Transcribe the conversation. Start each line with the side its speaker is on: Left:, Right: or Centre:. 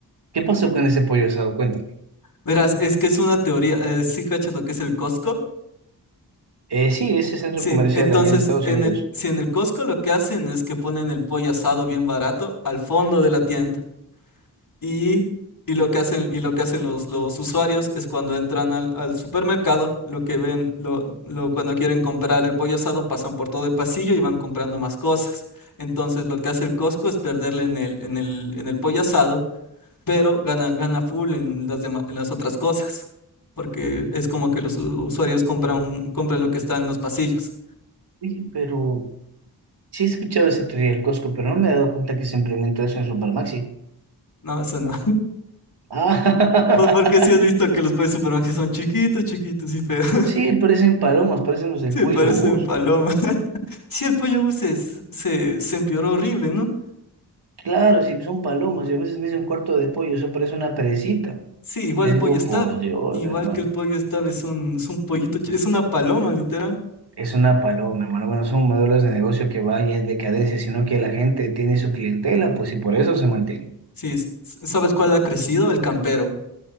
Right: ¿Qué pasó con ese pollo asado? Cuéntame.
Left: Verás, es que es una teoría. eh, ¿sí cachas lo que es el Costco?
Right: Eh, sí, ese centro
Left: Sí,
Right: comercial
Left: entonces
Right: allá en Estados
Left: en
Right: Unidos.
Left: el, si en el Costco lo que hacen es que ponen el pollo asado bien barato al fondo de la tienda. Y, y lo que hacen, y lo que hacen los, los usuarios es cuando entran al, al supermercado, lo que ven, lo, lo- cuando quieren comprar el pollo asado, pasan por todo el pasillo y van comprando más cosas. Entonces lo que hace el Costco es perderle en el, en el, en el pollo asado, pero gana, gana full en las dema- en las otras cosas. Porque es como que los u- usuarios compran, un- compran lo que está en los pasillos.
Right: Oye, pero sí he escuchado ese teoría del Costco, pero no me he dado cuenta que se implementó eso en Supermaxi.
Left: No, eso no.
Right: Ah,
Left: <laughs> Porque si has visto que los pollos supermercados son chiquitos, chiquitos y feos.
Right: <laughs> sí, parecen palomas, parecen los del
Left: Sí,
Right: pollo
Left: parecen
Right: Gus.
Left: palomas. <laughs> Sí, el pollo Gus se, se, se empeoró horrible, ¿no?
Right: Claro, sí, son palomas. Yo a veces me hice un cuarto de pollo, eso parece una perecita.
Left: Sí, igual
Right: Le
Left: el
Right: digo,
Left: pollo Stab.
Right: por Dios,
Left: Igual
Right: hermano,
Left: que el pollo Stab es un, es un pollito, ch- es una paloma, literal.
Right: es una paloma, hermano. Bueno, son modelos de negocio que vayan en decadencia, sino que la gente tiene su clientela, pues, y por eso se mantiene.
Left: Sí, s- ¿sabes cuál ha crecido? El campero.